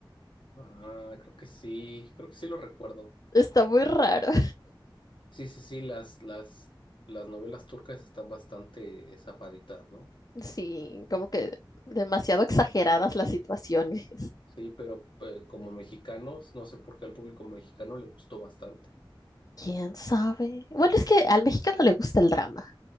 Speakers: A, on the left (about 70°); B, on the left (about 45°).
A: Ah, creo que sí, creo que sí lo recuerdo.
B: Está muy raro.
A: Sí, sí, sí, las, las, las novelas turcas están bastante zafaditas, ¿no?
B: Sí, como que demasiado exageradas las situaciones.
A: Sí, pero eh, como mexicanos, no sé por qué al público mexicano le gustó bastante.
B: ¿Quién sabe? Bueno, es que al mexicano le gusta el drama.